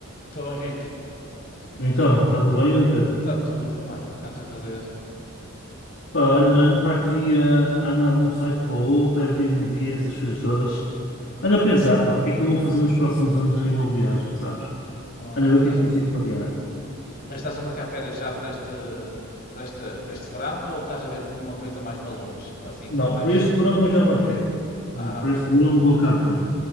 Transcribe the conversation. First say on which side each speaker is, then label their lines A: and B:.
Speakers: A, on the left; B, on the left.
A: Então, Henrique,
B: Então, está tudo bem, grande Pedro?
A: está tudo, pá. O que andas a fazer?
B: Pá, olha, ando para aqui, ah, ando de um site para o outro, Airbnb, essas coisas todas. Ando a pensar, pá, o que é que eu vou fazer nos próximos anos a nível de viagem, sabes?
A: Ah,
B: Ando a ver
A: estás
B: o que é que
A: a-
B: consigo planear.
A: Mas estás a marcar férias já para este, para este, para este verão ou estás a ver como uma coisa mais para longe? Assim,
B: Não,
A: para mais.
B: para este verão eu já marquei. Eh,
A: Ah,
B: Para
A: ok.
B: este verão vou a Cabo Verde.